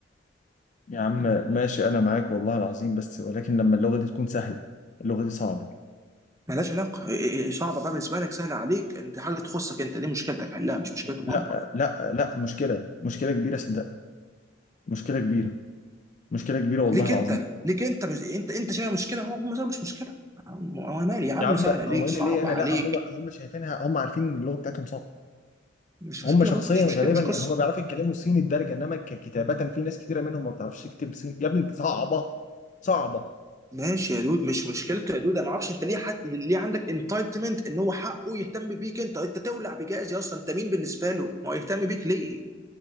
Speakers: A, on the left; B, on the right.
A: يا عم ماشي انا معاك والله العظيم بس ولكن لما اللغه دي تكون سهله اللغه دي صعبه
B: ملهاش علاقه إيه- إيه- إيه، صعبه بقى بالنسبه لك سهله عليك انت حاجه تخصك انت دي مشكلتك حلها مش مشكلتهم
A: لا
B: هم
A: لا لا مشكله مشكله كبيره صدقني مشكله كبيره مشكله كبيره والله
B: ليك
A: العظيم
B: انت ليك انت مش انت انت شايفها مشكله هو هم شايفها مش مشكله انا مالي يا عم
A: يا عم
B: سهله ليك
A: هو ايه
B: صعبه
A: اللي ليه انا
B: عليك
A: لا هم هم شايفينها هم عارفين ان اللغه بتاعتهم صعبه
B: مش
A: هم
B: مشكله
A: شخصيا
B: برضه مش
A: غالبا
B: مشكله مش
A: يعني
B: قصه
A: هم بيعرفوا يتكلموا صيني الدرجه انما ككتابه في ناس كتيره منهم ما بتعرفش تكتب صيني يا ابني صعبه صعبه
B: ماشي يا دود مش مشكلته يا دود انا ما اعرفش انت ليه حد ليه عندك انتايتمنت ان هو حقه يهتم بيك انت انت تولع بجهاز يا اصلا انت مين بالنسبه له ما هو يهتم بيك ليه